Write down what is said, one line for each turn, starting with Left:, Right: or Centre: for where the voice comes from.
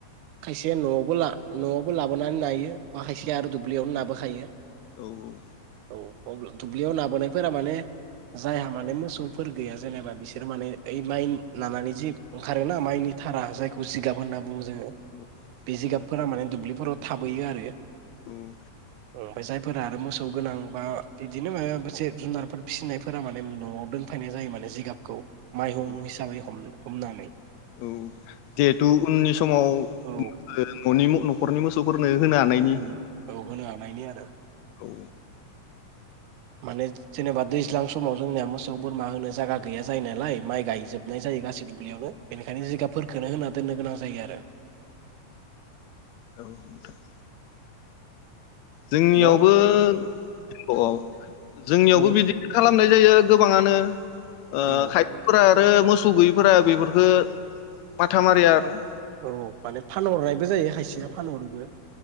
Right: खायसे न'आवबोला न'आवबो लाबोनानै नायो बा खायसे आरो दुब्लियावनो नाबोखायो।
Left: औ औ
Right: औ अब्ला दुब्लियाव नाबोनायफोरा माने जायहा माने मोसौफोर गैया जेनेबा बिसोर माने ओइ माइ नानानै जि ओंखारोना माइनि थारा जायखौ जिगाब होनना जोङो
Left: औ
Right: बे
Left: औ
Right: जिगाबफोरा माने दुब्लिफोराव थाबोयो आरो
Left: ओम
Right: ओमफ्राय जायफोरा आरो मोसौ गोनां बा बिदिनो माबा मोनसे जुनारफोर फिसिनायफोरा माने न'आव दोनफैनाय जायो माने जिगाबखौ माइहुं
Left: औ
Right: हिसाबै हमनो हमनानै
Left: औ जिहेथु उननि समाव
Right: औ
Left: न'नि न'खरनि मोसौफोरनो होनो हानायनि
Right: ओम औ होनो हानायनि आरो <inaudible>
Left: औ।
Right: माने जेनेबा दैज्लां समाव जोंनिया मोसौ बोरमा होनो जायगा गैया जायो नालाय माइ गायजोबनाय जायो गासै दुब्लियावनो बेनिखायनो जिगाबफोरखोनो होना दोननो गोनां जायो आरो।
Left: औ नोंथां। जोंनियावबो
Right: हेल' औ
Left: औ औ जोंनियावबो
Right: बुं
Left: बिदिनो खालाम नाय जायो गोबाङानो ओ
Right: औ
Left: खायफाफोरा आरो मोसौ गैयिफोरा बेफोरफोरखो माथा मारिया आरोना।
Right: औ माने फानहरनायबो जायो हायसेया फानहरोबो